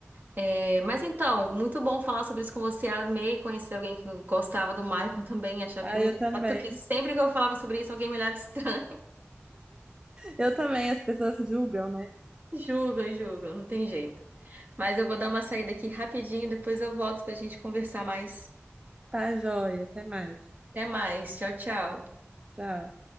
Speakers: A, on the right (about 40°); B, on the right (about 20°).
A: É, mas então, muito bom falar sobre isso com você. Amei conhecer alguém que gostava do Michael também, achava
B: Ah,
A: ele um
B: eu também.
A: gato que sempre que eu falava sobre isso, alguém me olhava estranho. <laughs>
B: Eu também, as pessoas julgam, né?
A: Julga, julga, não tem jeito. Mas eu vou dar uma saída aqui rapidinho, depois eu volto pra gente conversar mais.
B: Tá, joia. Até mais.
A: Até mais. Tchau, tchau.
B: Tchau.